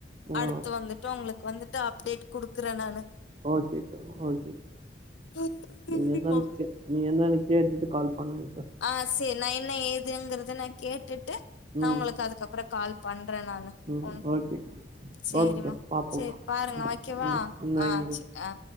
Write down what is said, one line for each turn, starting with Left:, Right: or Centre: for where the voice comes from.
Right: ஆ
Left: அடுத்து வந்துட்டு உங்களுக்கு வந்துட்டு அப்டேட் குடுக்குற நானூ
Right: ஓகேக்கா ஓகேக்கா
Left: ம் சேரிமா
Right: நீங்க என்னன்னு கே நீங்க என்னனு கேட்டுட்டு கால் பண்ணுங்ககா
Left: ஆ செரி நா என்ன ஏதுங்கறத நா கேட்டுட்டு நா
Right: ம்
Left: உங்களுக்கு அதுக்கப்பற கால் பண்ற நானு
Right: ம்
Left: போன்
Right: ஓகேக்கா
Left: சேரிமா
Right: ஓகேக்கா பாப்போக்கா
Left: செரி பாருங்க வைக்கவா
Right: ம் ம் வைங்கக்கா
Left: ஆ ச அ